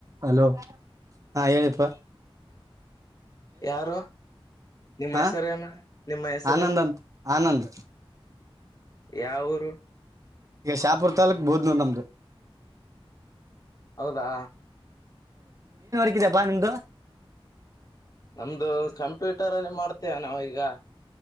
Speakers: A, on the right; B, on the left.
A: Hello ಹಾ ಹೇಳ್ಯಪ್ಪ
B: ಯಾರು ನಿಮ್ಮ
A: ಹಾ
B: ಹೆಸರ ಏನು ನಿಮ್ಮ ಹೆಸರು
A: ಆನಂದ್ ಅಂತ ಆನಂದ್
B: ಯ ಊರು
A: ಈಗ ಶಾಪುರ್ ತಾಲಕ್ ಬೋದ್ನ ನಮ್ದು
B: ಹೌದಾ
A: ಹಪ್ಪಾ ನಿಮ್ದು
B: ನಮ್ದು ಕಂಪ್ಯೂಟರಲ್ಲಿ ಮಾಡ್ತೇವೆ ನಾವ ಈಗ